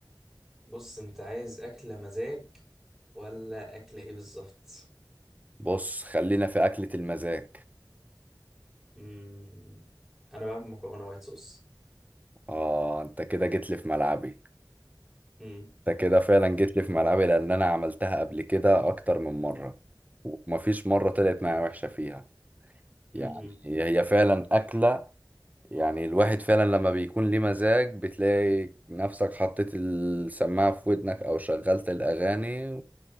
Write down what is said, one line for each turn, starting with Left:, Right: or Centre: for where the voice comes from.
Centre: بص انت عايز اكله مزاج ولا اكله ايه بالظبط
Right: بص خلينا في اكلة المزاج
Centre: مم. انا بعمل مكرونه وايت صوص
Right: اه انت كده جيت لي في ملعبي
Centre: امم
Right: انت كده فعلا جيت لي في ملعبي لان انا عملتها قبل كده اكتر من مرة ومفيش مرة طلعت معايا وحشة فيها
Centre: امم
Right: يعني هي فعلا أكلة يعني الواحد فعلا لما بيكون ليه مزاج بتلاقي نفسك حطيت السماعة في ودنك أو شغلت الأغاني